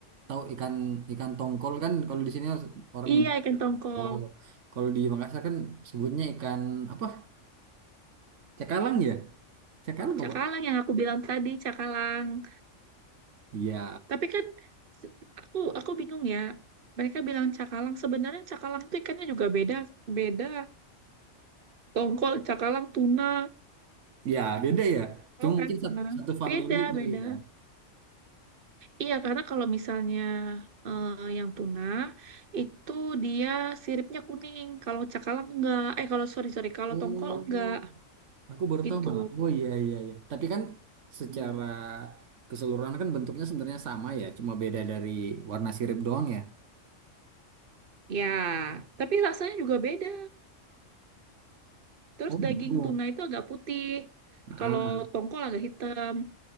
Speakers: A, on the right; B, on the right.
A: tahu ikan ikan tongkol kan kalau di sini orang
B: Iya,
A: nyebut
B: ikan tongkol.
A: tongkol. Kalau di Makassar kan sebutnya ikan apa? Cakalang ya? Cakalang
B: Cakalang
A: apa?
B: yang aku bilang tadi, cakalang.
A: Iya,
B: Tapi kan se- aku aku bingung ya. Mereka bilang cakalang. Sebenarnya cakalang itu ikannya juga beda beda. Tongkol, cakalang, tuna.
A: Ya, beda ya.
B: Tahu
A: Cuma mungkin
B: kan tuna?
A: sat- satu family
B: Beda,
A: kali
B: beda.
A: ya.
B: Iya, karena kalau misalnya eh, yang tuna itu dia siripnya kuning. Kalau cakalang enggak. Eh, kalau sorry sorry, kalau
A: Oh,
B: tongkol enggak
A: aku baru
B: gitu.
A: tahu malah. Oh iya iya iya. Tapi kan secara
B: Hmm.
A: keseluruhan kan bentuknya sebenarnya sama ya, cuma beda dari warna sirip doang ya.
B: Ya, tapi rasanya juga beda. Terus
A: Oh, gitu.
B: daging tuna itu agak putih.
A: Ah,
B: Kalau tongkol agak hitam